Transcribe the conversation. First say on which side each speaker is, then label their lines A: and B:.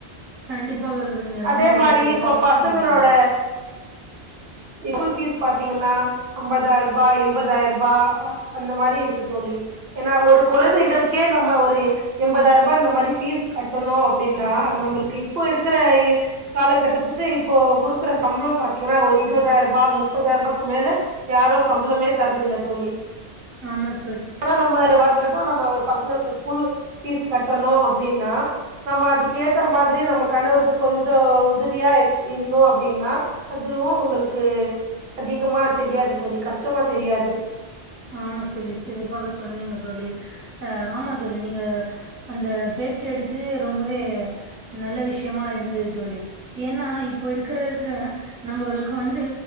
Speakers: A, on the right; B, on the right.
A: கண்டிப்பாக தோழி நீங்க ரொம்ப
B: அதே
A: மிக
B: மாரி
A: சிறப்பாக
B: இப்போ
A: சொன்னீங்க
B: பசங்களோட
A: தோழி
B: ஸ்கூல் பீஸ் பாத்தீங்கன்னா ஐம்பதாயிரம் ரூபாய் எண்பதாயிரம் ரூபாய் அந்த மாதிரி இருக்கு தோழி ஏனா ஒரு குழந்தைகளுக்கே நம்ம ஒரு எண்பதாயிரம் ரூபாய் இந்த மாதிரி பீஸ் கட்டணும் அப்டின்னா நம்மளுக்கு இப்போ இருக்கிற காலகட்டத்துக்கு இப்போ குடுக்கற சம்பளம் த்தீங்கன்னா ஒரு இருபதாயர்ரூபா முப்பதாயர்ரூபாக்கு மேல யாரு சம்பளமே தர்றது இல்ல தோழி
A: ஆமா த்
B: ஆனா நம்ம வருசம்மா நம்ம பசங்களுக்கு ஸ்கூல் ஃபீஸ் கட்டணு அப்டின்னா நம்ம அதுக்கேத்த மாதிரி நம்ம கணவருக்கு கொஞ்ச உதவியா இருந்தோ அப்டின்னா அதுவு உங்களுக்கு அதிகமா தெரியாது தோழி கஷ்டமா தெரியாது
A: ஆமா சொல்லி சிறப்பாக சொன்னீங்க தோழி ஆ ஆமா தோழி நீங்க அந்த பேச்சு எடுத்தது ரொம்பவே நல்ல விசயமா இருந்தது தோழி ஏன்னா இப்ப இருக்கறதுல நம்மளுக்கு வந்து